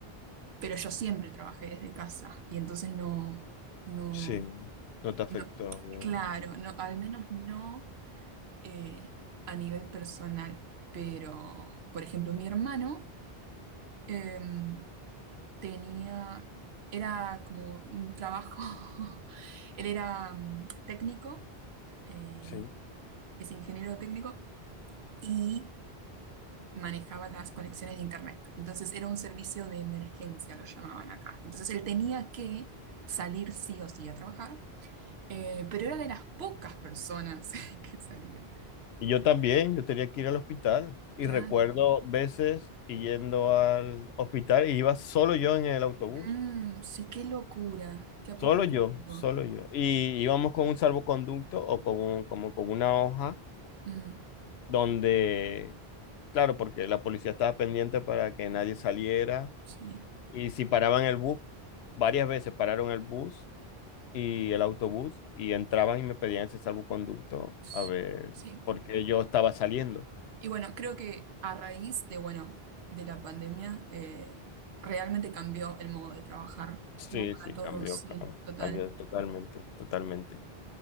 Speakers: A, on the right (about 80°); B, on the left (about 80°).
A: pero yo siempre trabajé desde casa. Y entonces no, no,
B: Sí, no te afectó,
A: no,
B: no.
A: claro, no, al menos no. eh, a nivel personal, pero, por ejemplo, mi hermano em, tenía, era como un trabajo, <laughs> él era mm, técnico, eh,
B: Sí.
A: es ingeniero técnico y manejaba las conexiones de internet. Entonces era un servicio de emergencia, lo llamaban acá. Entonces él tenía que salir sí o sí a trabajar, eh, pero era de las pocas personas <laughs> que salían.
B: Y yo también, yo tenía que ir al hospital. Y
A: claro
B: recuerdo veces y yendo al hospital y iba solo yo en el autobús.
A: Mm, sí, qué locura, qué apocalíptico.
B: Solo yo, solo yo. Y íbamos con un salvoconducto o con un- como con una hoja
A: Mm,
B: donde, claro, porque la policía estaba pendiente para que nadie saliera.
A: sí,
B: Y si paraban el bus, varias veces pararon el bus y el autobús y entraban y me pedían ese salvoconducto
A: s-
B: a ver
A: sí.
B: por qué yo estaba saliendo.
A: Y bueno, creo que a raíz de, bueno, de la pandemia, eh, realmente cambió el modo de trabajar,
B: Sí,
A: ¿no? Para
B: sí,
A: todos,
B: cambió,
A: sí,
B: cambió,
A: total.
B: cambió totalmente, totalmente.